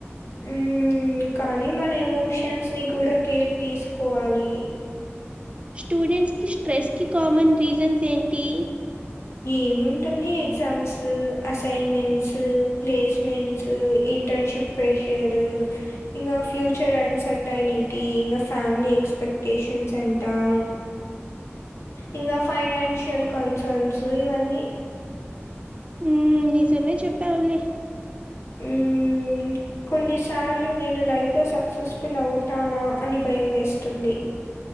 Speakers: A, on the left (about 80°); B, on the right (about 25°).
A: ఉమ్ కానీ మన ఎమోషన్స్ ని కూడా కేర్ తీసుకోవాలి
B: స్టూడెంట్స్ కి స్ట్రెస్ కి కామన్ రీజన్స్ ఏంటి
A: ఏముంటుంది exams assignments placements internship pressure ఇంగ ఫ్యూచర్ అండ్ సర్టైనిటీ ఇంగా ఫేమిలీ ఎక్స్ క్స్పెక్టేషన్స్ అంటాం ఇంగా ఫైనాన్షియల్ కన్సర్న్స్ ఇవన్నీ
B: ఉమ్ నిజమే చెప్పావ్లే
A: ఉమ్ కొన్నిసార్లు నేను లైఫ్లో సక్సెస్ఫుల్ అవుతానా అని భయం వేస్తుంది